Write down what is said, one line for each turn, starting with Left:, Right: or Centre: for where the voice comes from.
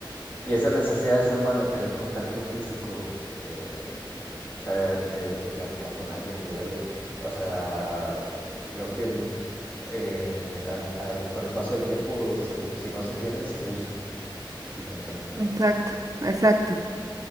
Left: y esa necesidad del ser humano de tener contacto físico, eh, o sea, de, de- de platicar con alguien, de verlo, o sea, creo que eh, al- al- con el paso del tiempo, se bu- si no se tiene, se busca. y se encuentran,
Right: <laughs>
Left: ¿no?
Right: Exacto, exacto.